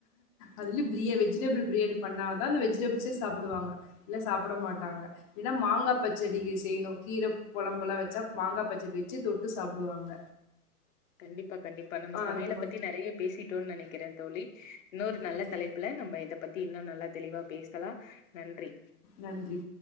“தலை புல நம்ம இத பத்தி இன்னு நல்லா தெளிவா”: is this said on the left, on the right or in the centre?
Left